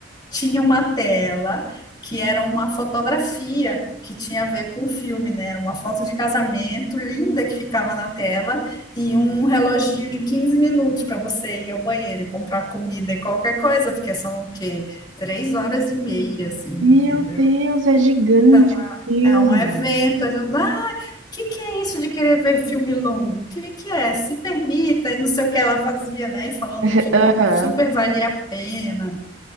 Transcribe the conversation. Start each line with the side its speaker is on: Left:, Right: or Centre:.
Left: tinha uma tela que era uma fotografia que tinha a ver com o filme, né? Era uma foto de casamento linda que ficava na tela e um reloginho de 15 minutos para você ir ao banheiro e comprar comida e qualquer coisa, porque são o quê? Três horas e meia, assim, entendeu?
Right: Meu Deus, é gigante
Left: Então, a-
Right: o filme.
Left: É um evento, aí todo mundo, ah, o que que é isso de querer ver filme longo? O que que é? Se permita, e não sei o que ela fazia, né? E falando
Right: Aham.
Left: que super valia a pena